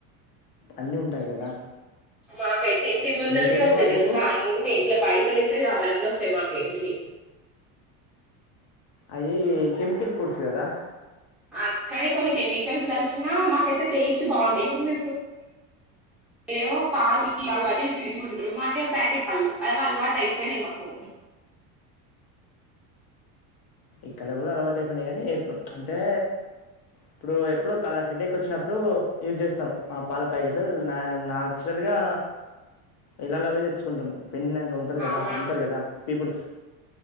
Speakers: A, on the left; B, in the centre.
A: అన్నిీ ఉంటాయి కదా
B: మాకైతే ఇంటి ముందలకే
A: మీకేం
B: వస్తేయి
A: కావాలి
B: తెలుసా
A: చెప్పు
B: అన్ని ఇట్లా పైసలు ఇస్తే చాల అన్నిీ వస్తాయి స మాక ఇంటికి
A: అయ కెమికల్ ఫుడ్స్ ఇదదా
B: అక్కడే కొన్ని కెమికల్స్ కలిసినా మాకైతే టేస్ట్ బాగుంటాయి ఇప్పుడు మీ మీరేమో పాలు తీసుకుంటారు మాకేమో ప్యాకెట్ అలవాటు అయిపోయినాయి మాకు
A: ఇక్కడ కూడా అలవాటు అయి కానీప్పు అంటే ఇప్పుడు ఎప్పుడు తల హెడ్ ఎేక్ వచ్చినప్పుడు యూజ్ చేస్తాం ఆ పాల ప్యాకెట్లు నాన్చురల్ గా ఇలాలో పోయి తెచ్చుకుంటాం పెన్నంక ఉంటారు కదా
B: అవునా
A: అమ్ంటారు కదా పీపుల్స్